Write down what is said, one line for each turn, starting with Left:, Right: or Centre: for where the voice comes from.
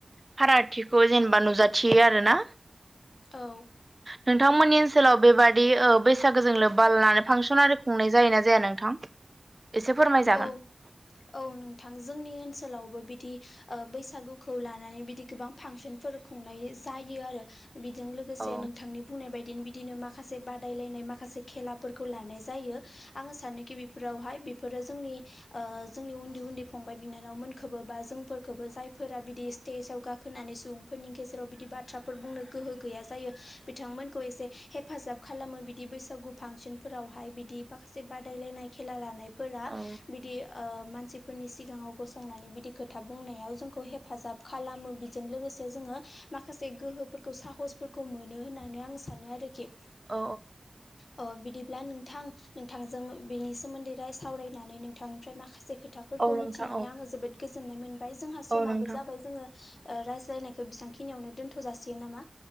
Right: फारागथिखौ जेनेबा नुजाथियो आरो ना
Left: औ
Right: नोंथांमोननि ओनसोलाव बेबा दि ओ बैसागो जों लोब्बा लानानै फांसन आरि खुंनाय जायोना जाया नोंथां एसे फोरमायजागोन
Left: औ औ नोंथां जोंनि ओनसोलावबो बिदि ओ बैसागुखौ लानानै बिदि गोबां फांसनफोर खुंनाय जायो आरो बेजों लोगोसे
Right: औ
Left: नोंथांनि बुंनाय बाय दिनो बिदिनो माखासे बादायलायनाय माखासे खेलाफोरखौ लानाय जायो आङो सानो गि बेफोरावहाय बेफोरो जोंनि ओ जोंनि उन्दै उन्दै फंबाय बिनानावमोनखोबो बा जोंफोरखोबो जायफोरा बिदि। स्टेजाव गाखोनानै सुबुंफोरनि गेजेराव बिदि बाथ्राफोर बुंनो गोहो गैया जायो बिथांमोनखौ एसे हेफाजाब खालामो बिदि बैसागु फांसनफोरावहाय बिदि माखासे बादायलायनाय खेला लानाय फोरा
Right: औ
Left: बिदि। ओ मानसिफोरनि सिगाङाव गसंनानै बिदि खोथा बुंनायाव जोंखौ हेफाजाब खालामो बेजों लोगोसे से जोङो माखासे गोहोफोरखौ साहसफोरखौ मोनो होननानै आं सानो आरो। खि
Right: औ
Left: अ बिदिब्ला नोंथां नोंथांजों बिनि सोमोन्दै। सावरायनानै नोंथांनिफ्राय माखासे खोथाफोरखौ
Right: औ
Left: मिथिनानै
Right: नोंथां औ
Left: आङो जोबोद गोजोननाय मोनदों ओमफ्राय जोंहा समाबो
Right: औ नोंथां
Left: जाबाय जोङो ओ रायज्लायनायखौ बेसांखिनियावनो दोन्थ' जासियो नामा?